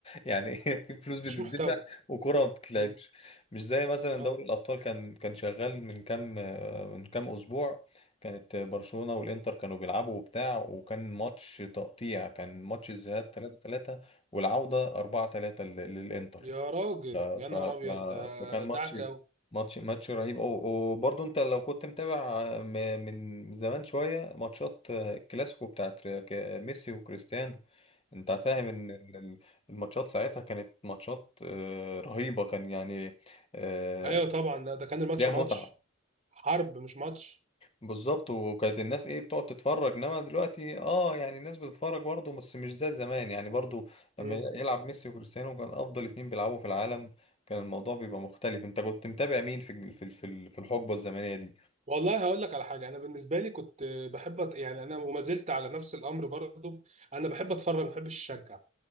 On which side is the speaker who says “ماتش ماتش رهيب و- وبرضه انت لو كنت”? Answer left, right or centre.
Left